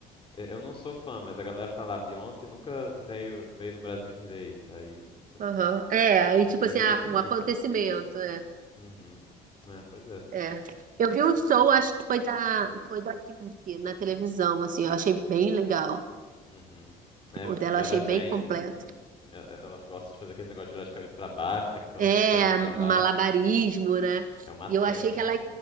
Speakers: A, on the left; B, on the right.
A: e- eu não sou fã, mas a galera fala, "Ah, Beyoncé nunca veio, veio no Brasil direito, aí, assim,
B: aham, é, aí
A: umas
B: tipo
A: coisas
B: assim, ah,
A: nesse
B: um
A: nível.
B: acontecimento, é
A: Uhum. É, pois é.
B: É. Eu vi um show, acho que foi da, foi da Pink, na televisão, assim, eu achei bem legal.
A: Uhum. É,
B: O
A: o show
B: dela
A: dela
B: eu achei
A: é bem.
B: bem completo.
A: e- Ela gosta de fazer aquele negócio de virar de cabeça pra baixo, né? Canta
B: É,
A: de cabeça pra baixo.
B: malabarismo, né?
A: É uma atleta,
B: E eu achei que
A: né?
B: ela,